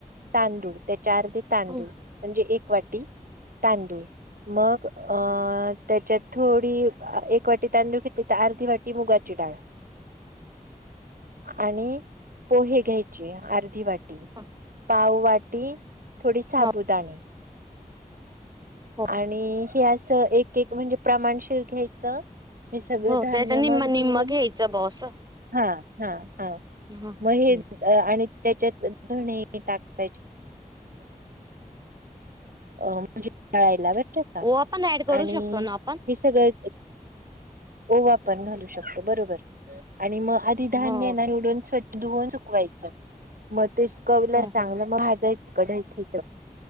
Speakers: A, on the right (about 80°); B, on the right (about 30°).
A: तांदूळ त्या चार ते तांदूळ
B: हं,
A: म्हणजे एक वाटी तांदूळ मग अ त्याच्यात थोडी एक वाटी तांदूळ घेतली तर अर्धी वाटी मुगाची टाय
B: <unintelligible>
A: आणि पोहे घ्यायचे अर्धी वाट
B: हं.
A: पाव वाटी थोडी साबुदणी
B: हो, हो,
A: आणि हे असं एक एक म्हणजे प्रमाणशीिर घ्यायचं. हे सगळ
B: हो.
A: धान्य
B: त्याचं
A: मग
B: निम्म-निम्म
A: धुवून
B: घ्यायचं बुवा असं.
A: हा हा हा
B: हं, हं,
A: म
B: हं.
A: आणि त्याच्यात धणे टाकय अ म्हणजे खळायला भेटत का
B: ओवा पण ॲड करू
A: आणि
B: शकतो ना आपण?
A: हे सगळं. ओ वा पण घालू शकतो बरोबर आणि मग आधी
B: हो,
A: धान्य ना एकदम स्वच्छ धुवन सुकवायचं मग ते सुकवलं
B: हो,
A: चांगलं
B: हो.
A: मग भाजायचं. कडथिच